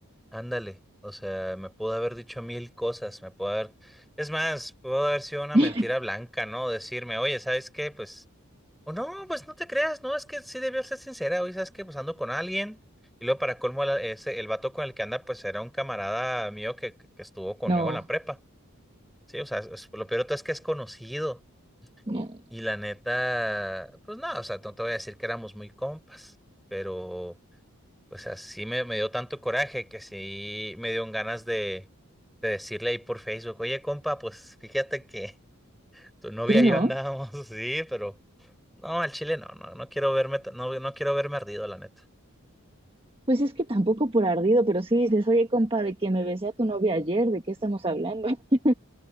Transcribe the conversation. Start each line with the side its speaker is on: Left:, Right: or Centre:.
Centre: Ándale, o sea, me pudo haber dicho mil cosas, me pudo haber... Es más, pudo haber sido una
Right: <laughs>
Centre: mentira blanca, ¿no? Decirme, oye, ¿sabes qué? Pues... O no, pues no te creas, no, es que sí debió ser sincera, hoy sabes que pues ando con alguien y luego para colmo la- ese, el vato con el que anda pues era un camarada mío que, que que estuvo conmigo
Right: No,
Centre: en la prepa, sí, o sea, es- lo peor de todo es que es conocido
Right: no.
Centre: y la neta, pues nada, o sea, no te voy a decir que éramos muy compas, pero pues así me, me dio tanto coraje que sí me dieron ganas de, de decirle ahí por Facebook, oye compa, pues fíjate que tu novia
Right: Sí,
Centre: y yo
Right: no.
Centre: andábamos, <laughs> así pero... No, al Chile no, no, no quiero verme, t- no, no quiero verme ardido, la neta.
Right: Pues es que tampoco por ardido, pero sí dices, oye, compa, de que me besé a tu novia ayer, ¿de qué estamos hablando? <laughs>